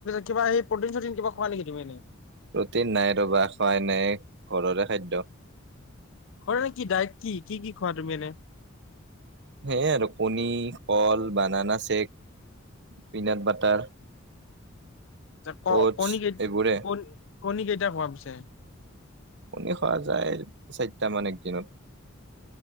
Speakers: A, on the left; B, on the right.
A: কিবা সেই প্ৰ চ কিবা খোৱা নকি তুমি
B: ৰটিন নাই ৰবা খোৱাই নাই ঘৰৰে খাদ্য
A: খোৱাৰ নে কি ডায়েট কি কি কি খোৱা তুমি এনে
B: সেয়াই আৰু কণী কল বানানা চেক পিনাট বাটাৰ
A: ক
B: অটছ
A: কণী কেই
B: এইবোৰে
A: কণ কণী কেইটা খোৱা পিছে
B: উনি সোৱা যায় চাৰিটা মান একদিনত